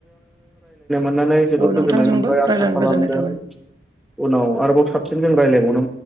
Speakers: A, in the centre; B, on the right (about 20°).
A: नानै जोबोर
B: औ
A: गोजोन्नाय
B: नोंथांजोंबो
A: मोनबाय आसा
B: रायज्लायनो
A: खालामदों
B: गोजोननाय थाबाय
A: उनाव आरोबाव साबसिन जों रायलायबावनो